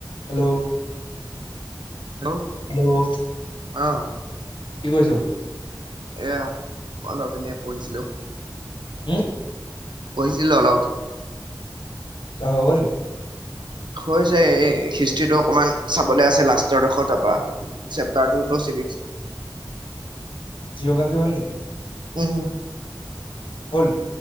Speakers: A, on the left; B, on the right.
A: Hello,
B: hello,
A: hello
B: অহ,
A: কি কৈছ।
B: এয়া অলপ এনে পঢ়িছিলো।
A: হম।
B: পঢ়িছিলো অলপ।
A: ত হৈ গল
B: হৈছে এই হিষ্টটো অকমান চাবলৈ আ লাষ্টৰডোখৰ তাৰপ চেপাটাৰটোটো বিক
A: জিঅ'গ্ৰাফি হ'ল নি।
B: উম, হ
A: হল